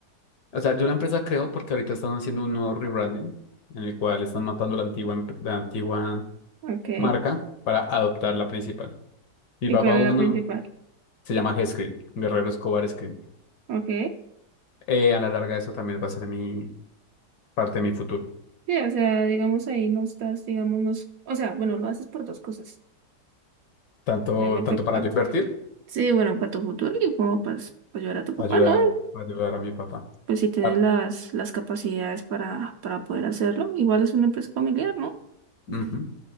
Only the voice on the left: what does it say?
O sea, yo la empresa creo porque ahorita están haciendo un nuevo rebranding en el cual están matando la antigua, em- la antigua.
marca para adoptar la principal. Mi
papá
uno
se llama G-Screen, Guerrero Escobar Screen.
Eh, a la larga eso también va a ser mi parte de mi futuro.
Tanto,
tanto
para yo invertir,
ayudar,
ayudar a mi papá.
Par-
Ujú.